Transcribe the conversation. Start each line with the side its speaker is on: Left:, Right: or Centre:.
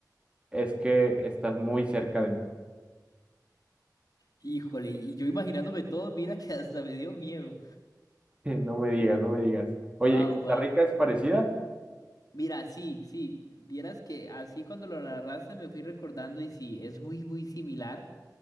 Right: es que estás muy cerca de mí.
Left: Híjole, y yo imaginándome todo, mira que <laughs> hasta me dio miedo.
Right: <laughs> No me digas, no me digas. Oye,
Left: Wow,
Right: ¿en ¿Costa
Left: wow.
Right: Rica es parecida?
Left: Mira, sí, sí, vieras que así cuando lo narraste me fui recordando y sí, es muy, muy similar,